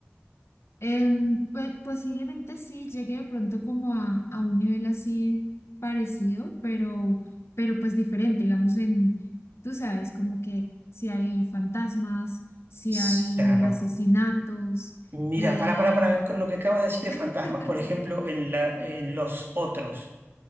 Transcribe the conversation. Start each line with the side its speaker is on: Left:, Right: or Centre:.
Left: Em, pe- posiblemente sí llegue de pronto como a, a un nivel así parecido, pero, pero pues diferente, digamos en, tú sabes, como que si hay fantasmas, si
Right: S-
Left: hay
Right: Claro.
Left: asesinatos.
Right: Mira,
Left: Eh...
Right: para, para, para, con lo que acabas de decir de
Left: <laughs>
Right: fantasmas, por ejemplo, en la, en los otros,